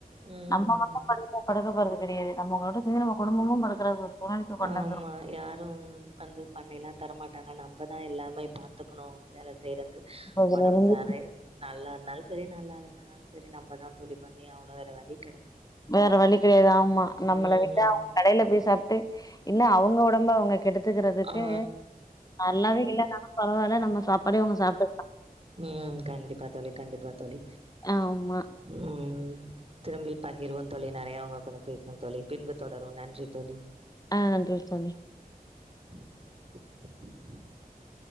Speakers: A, on the right; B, on the left.
A: ம்
B: நம்ம மட்டும் படுக் படுக்க போறது. தெரியாது நம்ம கூட சேந்து நம்ம கும்பமும் படுக்குறது ஒரு. சூழ்நிலைக்கு கொண்டாந்துரு
A: ஆமா யாரும் வந்து பண்ணிலாம். தர மாட்டாங்க நம். நம்மதான் எல்லாமே பாத்துக்கணும் வேல செய்றது
B: அதுல
A: ஒடம்பு
B: இருந்து
A: சாரு நல்லா இருந்தாலும் சரி நல்லாலனாலும் சரி நம்மதான் தோழி. பண்ணி அவன வேற வண்டி.
B: வேற வழி கெடையாது ஆமா நம்மள
A: ம்
B: விட்டா அவுங்க கடையில போய் சாப்ட்டு. என்ன அவுங்க ஒடம்ப அவுங்க. கெடுத்துக்கிறதுக்கு
A: ஆ
B: நல்லாவே இல்ல நாலும் பரவாயில்ல நம்ம. சாப்பாடே அவங்க சாப்ட்டுக்கலா
A: உம் கண்டிப்பா தோழி. கண்டிப்பா தோழி.
B: ஆமா.
A: ம் திரும்பி பகிர்வோம் தோழி நெறைய உங்க கூட பேசுனும் தோழி பின்பு தொடருவோம் நன்றி தோழி.
B: ஆ நன்றி தோழி
A: <inaudible>